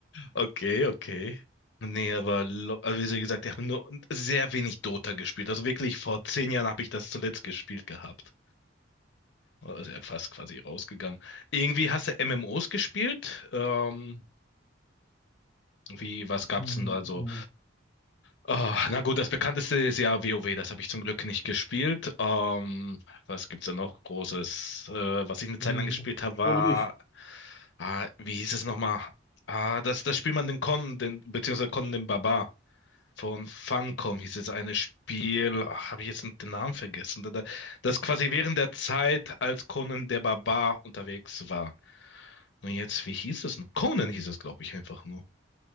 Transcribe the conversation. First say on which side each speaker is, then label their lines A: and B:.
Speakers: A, on the left (about 65°); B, on the left (about 15°).
A: Okay, okay. Nee, aber lo- also wie gesagt, ich habe nur sehr wenig Dota gespielt. Also wirklich vor zehn Jahren habe ich das zuletzt gespielt gehabt. Also ja, fast quasi rausgegangen. Irgendwie hast du MMOs gespielt? Ähm, wie, was gab's
B: Hm,
A: denn da so?
B: hm,
A: Ah, na gut, das bekannteste ist ja WoW, das habe ich zum Glück nicht gespielt. Ähm, was gibt's da noch Großes? Äh, was ich eine Zeit
B: hm.
A: lang gespielt habe,
B: Ich
A: war,
B: glaube nicht.
A: ah, wie hieß es nochmal? Ah, das, das spielt man den Con, den, beziehungsweise Con den Barbar. Von Funcom hieß es eine Spiel, ach, habe ich jetzt den Namen vergessen, da- da- das quasi während der Zeit, als Conan der Barbar unterwegs war. Und jetzt, wie hieß es? denn? Conan hieß es, glaube ich, einfach nur.